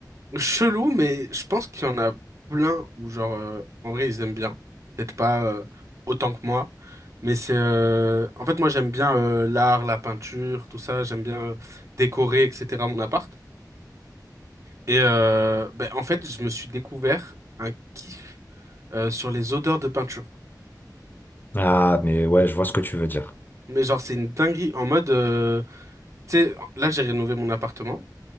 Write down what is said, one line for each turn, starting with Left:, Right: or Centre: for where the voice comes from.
Right: Chelou, mais je pense qu'il y en a plein où, genre, euh, en vrai, ils aiment bien. Peut-être pas euh, autant que moi, mais c'est. euh, En fait, moi, j'aime bien euh, l'art, la peinture, tout ça. J'aime bien euh, décorer, etc. mon appart. Et euh, ben, en fait, je me suis découvert un kiff euh, sur les odeurs de peinture.
Left: Ah, mais ouais, je vois ce que tu veux dire.
Right: Mais genre, c'est une dinguerie en mode. euh, Tu sais, là, j'ai rénové mon appartement